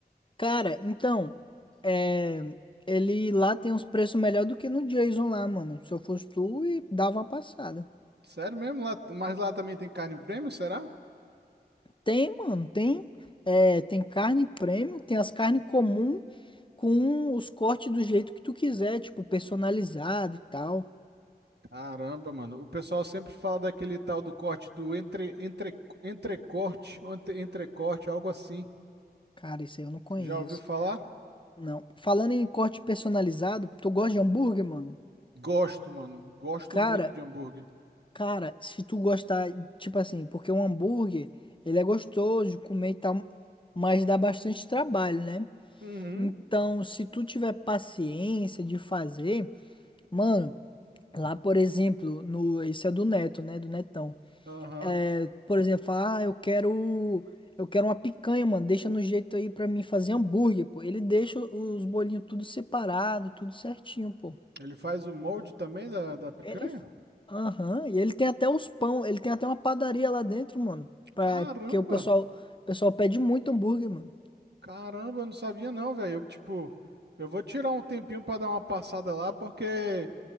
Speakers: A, on the left; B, on the right.
A: Cara, então, é, ele lá tem uns preços melhor do que no Jason lá, mano. Se eu fosse tu, e dava uma passada.
B: Sério mesmo? Lá, mas lá também tem carne prêmio será?
A: Tem, mano, tem, é, tem carne premium, tem as carnes comum com os cortes do jeito que tu quiser, tipo, personalizado e tal.
B: Caramba, mano. O pessoal sempre fala daquele tal do corte do entre, entre, entrecorte, ou entre- entrecorte, algo assim.
A: Cara, isso aí eu não conheço.
B: Já ouviu falar?
A: Não. Falando em corte personalizado, tu gosta de hambúrguer, mano?
B: Gosto, mano. Gosto
A: Cara,
B: muito de hambúrguer.
A: Cara, se tu gostar, tipo assim, porque um hambúrguer, ele é gostoso de comer e tal, mas dá bastante trabalho, né?
B: Uhum.
A: Então, se tu tiver paciência de fazer, mano, lá, por exemplo, no, isso é do Neto, né? Do Netão.
B: Aham.
A: é Por exemplo, fala, ah, eu quero, eu quero uma picanha, mano, deixa no jeito aí pra mim fazer hambúrguer, pô. Ele deixa os bolinhos tudo separado, tudo certinho, pô.
B: Ele faz o molde também da, da picanha?
A: Ele. Aham, e ele tem até os pão, ele tem até uma padaria lá dentro, mano. Pra...
B: Caramba!
A: Porque o pessoal, o pessoal pede muito hambúrguer, mano.
B: Caramba, eu não sabia não, velho. Eu, Tipo, eu vou tirar um tempinho pra dar uma passada lá, porque